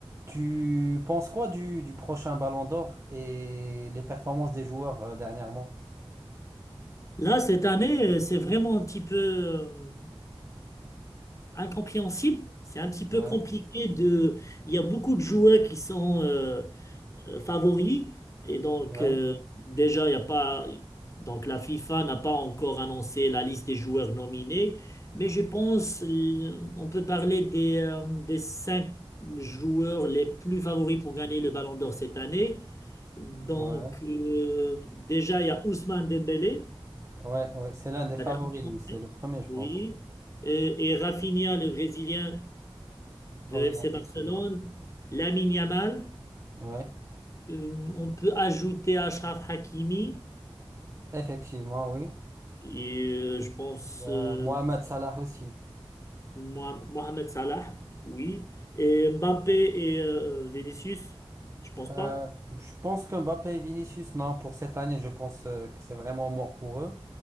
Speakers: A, on the right (about 30°); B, on the left (about 30°).
A: Tu penses quoi du, du prochain Ballon d'Or et les performances des joueurs euh, dernièrement?
B: Là, cette année, euh, c'est vraiment un petit peu euh, incompréhensible. C'est un petit peu
A: Ouais,
B: compliqué de... Il y a beaucoup de joueurs qui sont euh, euh, favoris. Et donc,
A: ouais,
B: euh, déjà, il y a pas... Donc, la FIFA n'a pas encore annoncé la liste des joueurs nominés. Mais je pense euh, on peut parler des, euh, des cinq joueurs les plus favoris pour gagner le Ballon d'Or cette année. Donc,
A: ouais,
B: euh, déjà, il y a Ousmane Dembélé
A: ouais, ouais. C'est l'un des favoris,
B: l'attaquant français,
A: lui. C'est le premier, je
B: oui.
A: pense.
B: Euh, et Rafinha, le Brésilien de
A: Ah Oui,
B: FC
A: effectivement.
B: Barcelone. Lamine Yamal.
A: Ouais,
B: Euh, on peut ajouter Achraf Hakimi.
A: effectivement, oui.
B: Et euh, je pense
A: Il y a
B: euh,
A: Mohamed Salah aussi.
B: Mo- Mohamed Salah, oui. Et Mbappé et euh, Vinicius, je pense
A: Euh,
B: pas.
A: je pense que Mbappé et Vinicius, non, pour cette année, je pense euh, que c'est vraiment mort pour eux.